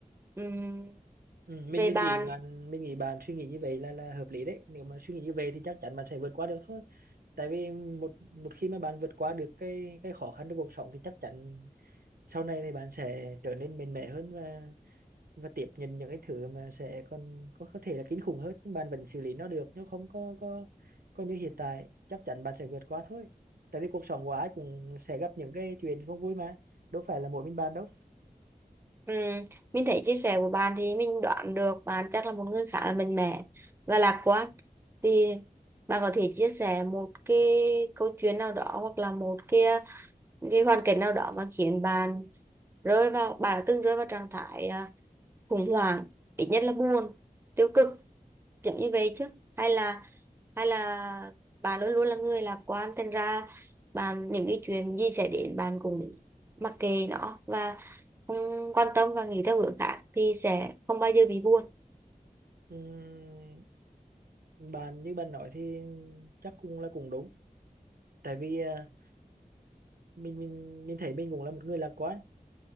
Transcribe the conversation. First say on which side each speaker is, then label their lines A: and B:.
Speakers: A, on the right; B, on the right.
A: Ừm,
B: Ừ, mình
A: về
B: mình
A: bạn
B: nghĩ bạn mình nghĩ bạn suy nghĩ như vậy là là hợp lý đấy nếu mà suy nghĩ như vậy thì chắc chắn bạn sẽ vượt qua được thôi tại vì một một khi mà bạn vượt qua được cái cái khó khăn trong cuộc sống thì chắc chắn sau này thì bạn sẽ trở nên mạnh mẽ hơn và và tiếp nhận những cái thứ mà sẽ còn có có thể là kinh khủng hơn nhưng bạn vẫn xử lý nó được nếu không có có có như hiện tại chắc chắn bạn sẽ vượt qua thôi tại vì cuộc sống của ai cũng sẽ gặp những cái chuyện không vui mà đâu phải là mỗi mình bạn đâu
A: Ừ, mình thấy chia sẻ của bạn thì mình đoán được bạn chắc là một người khá là mạnh mẽ và lạc quan. Thì bạn có thể chia sẻ một cái câu chuyện nào đó hoặc là một cái cái hoàn cảnh nào đó mà khiến bạn rơi vào bạn đã từng rơi vào trạng thái à, khủng hoảng, ít nhất là buồn, tiêu cực, kiểu như vậy chứ? Hay là hay là bạn luôn luôn là người lạc quan thành ra bạn những cái chuyện gì xảy đến bạn cũng mặc kệ nó và không quan tâm và nghĩ theo hướng khác thì sẽ không bao giờ bị buồn
B: Ừm, bạn như bạn nói thì chắc cũng là cũng đúng tại vì à, mình mình mình thấy mình cũng là một người lạc quan